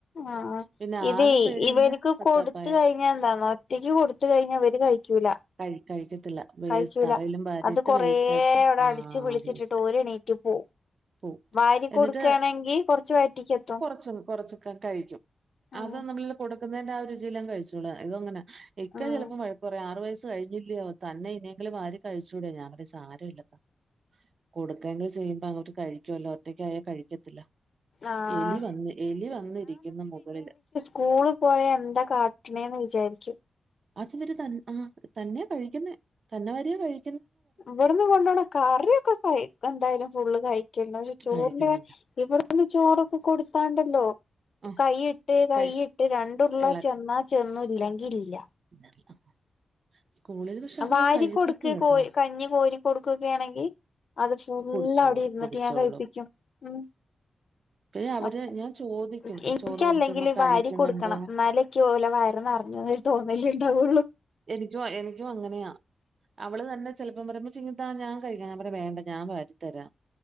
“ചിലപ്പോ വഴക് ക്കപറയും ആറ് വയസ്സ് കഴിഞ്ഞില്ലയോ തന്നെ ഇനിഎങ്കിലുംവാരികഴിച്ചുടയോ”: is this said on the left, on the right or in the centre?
Right